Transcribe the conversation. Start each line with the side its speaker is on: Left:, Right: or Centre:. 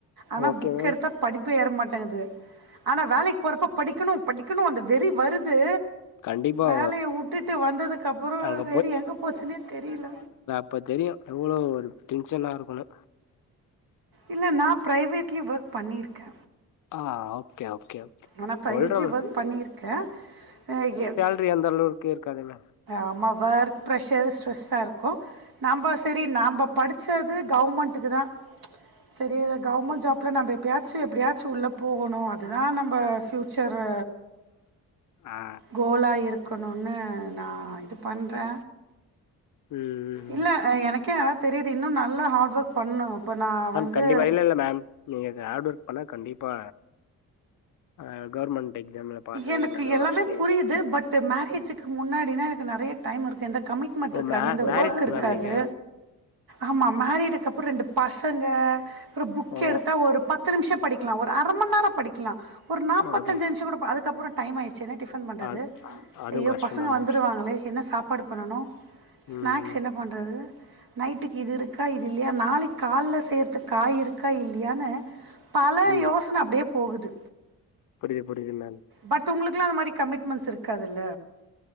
Right: ஆனா
Left: ஓகே
Right: புக்
Left: மேம்
Right: எடுத்தா படிப்பே ஏற மாட்டேங்குது ஆனா வேலைக்கு போறப்ப படிக்கணு படிக்கணு அந்த வெறி வருது
Left: கண்டிப்பா
Right: வேலைய ஊட்டுட்டு வந்ததுக்கு அப்றோ
Left: அங்க
Right: வெறி எங்க போச்சுன்னே தெரியல
Left: இப்ப தெரியு எவ்ளோ ஒரு டென்ஷனா இருக்குன்னு
Right: இல்ல நா ப்ரைவேட்லயு ஒர்க் பண்ணிருக்கே
Left: ஆ ஓகே ஓகே
Right: ஆனா ப்ரைவேட்லயு
Left: சொல்றே மேம்
Right: ஒர்க் பண்ணிருக்கேன் அ எப்
Left: இப்பயு அந்த அளவுக்கே இருக்காதில்ல
Right: ஆமா ஒர்க் ப்ரெஷரு ஸ்ட்ரெஸ்ஸா இருக்கு நாம சேரி நம்ப படிச்சது கவர்மெண்ட்டுக்கு தா சேரி அது கவர்மெண்ட் ஜாப்ல நம்ப எப்பயாச்சு எப்படியாச்சு உள்ள போகணு அது தா நம்ம ஃப்யூச்சரு
Left: ஆ
Right: கோலா இருக்கு க்கணும்னு நா இது பண்றே
Left: ம் ம்
Right: இல்ல எனக்கே நல்லா தெரியுது இன்னு நல்லா ஹார்ட் ஒர்க் பண்ணு இப்ப நா
Left: மேம்
Right: வந்து
Left: கண்டிப்பா இல்ல இல்ல மேம் நீங்க அந்த ஹார்ட் ஒர்க் பண்ணா கண்டிப்பா அ கவர்மெண்ட் எக்ஸாம்ல பாஸ் ஆகி
Right: எனக்கு
Left: நல்ல
Right: எல்லாமே
Left: ஒரு ஸ்டேஜ்
Right: புரியுது பட் மேரேஜுக்கு முன்னாடினா எனக்கு நெறையா டைம் இருக் எந்த கமிட்மெண்ட்
Left: ஓ
Right: இருக்காது
Left: மே
Right: எந்த
Left: மேரிட்
Right: ஒர்க் இருக்காது
Left: மேம் நீங்க
Right: ஆமா மேரிடுக்கு அப்றோ ரெண்டு பசங்க அப்றோ புக்
Left: ஓ
Right: எடுத்து தா ஒரு பத்து நிமிஷோ படிக்கலா ஒரு அரைமணி நேரோ படிக்கலா ஒரு நாற்பத்தஞ்சு
Left: அது
Right: நிமிஷோ கூட அதுக்கு அப்றோ டைம் ஆய்டுச்சுன்னு டிஃபன் பண்றது
Left: அது அதுவு
Right: ஐயோ
Left: கஷ்டந்தா
Right: பசங்க
Left: மேம்
Right: வந்துருவாங்களே என்ன சாப்பாடு பண்ணனு ஸ்நாக்ஸ்
Left: ம்
Right: என்ன பண்றது நைட்டுக்கு இது இருக்கா இது இல்லையா நாளைக்கு காலைல செய்றதுக்கு காய் இருக்கா இல்லையான்னு பால்
Left: ம்
Right: யோசன அப்டியே போகுது
Left: அப்படி அப்படி என்ன
Right: பட் உங்களுக்கு எல்லா அந்த மாதிரி கமிட்மெண்ட்ஸ் இருக்காதில்ல